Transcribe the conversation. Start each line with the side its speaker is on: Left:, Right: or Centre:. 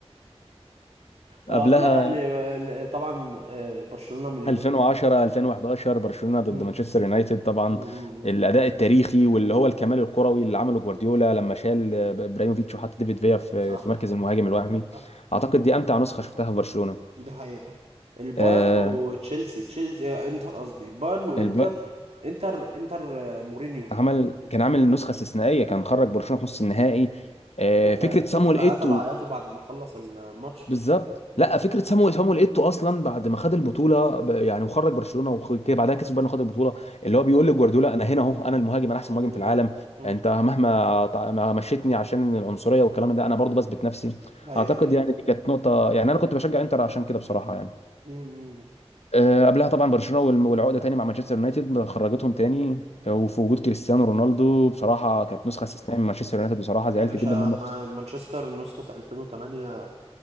Left: <laughs>
Right: اه
Left: قبلها
Right: <laughs> قبلها ل- ل- طبعا آه، برشلونة من اليونايتد
Left: 2010 2011 برشلونه
Right: مم،
Left: ضد مانشستر يونايتد طبعا
Right: مم، مم،
Left: الاداء التاريخي واللي هو الكمال الكروي اللي عمله جوارديولا
Right: مم.
Left: لما شال آه، ابراهيموفيتش وحط ديفيد فيا في
Right: صح
Left: في مركز المهاجم الوهمي
Right: صح
Left: اعتقد دي امتع نسخه شفتها في برشلونه
Right: دي حقيقة البايرن
Left: آه،
Right: وتشيلسي تشيلسي آه، انتر قصدي بايرن وانتر
Left: الب...
Right: انتر انتر آه، مورينيو
Left: عمل كان عامل نسخه استثنائيه كان خرج برشلونه في نص النهائي آه،
Right: بكا
Left: فكره صامويل
Right: شفت العياط
Left: ايتو
Right: اللي عيطوا بعد ما خلص الماتش
Left: بالظبط
Right: مم.
Left: لا فكره سامو سامو ايتو اصلا بعد ما خد البطوله ب- يعني وخرج برشلونه وكده بعدها كسب بقى انه خد البطوله اللي هو بيقول لجوارديولا انا هنا اهو انا المهاجم انا احسن مهاجم
Right: مم.
Left: في العالم
Right: مم.
Left: انت مهما تع- ما مشيتني عشان العنصريه والكلام ده انا برضو بثبت نفسي
Right: ايوه
Left: اعتقد يعني دي كانت نقطه يعني انا كنت بشجع انتر عشان كده بصراحه يعني
Right: مم.
Left: أه قبلها طبعا برشلونه وال- والعقده تاني مع مانشستر يونايتد خرجتهم تاني أه، وفي وجود كريستيانو رونالدو بصراحه كانت نسخه استثنائيه من مانشستر يونايتد بصراحه زعلت
Right: يا باشا
Left: جدا ان هم
Right: ما-
Left: خسروا
Right: مانشستر نسخة 2008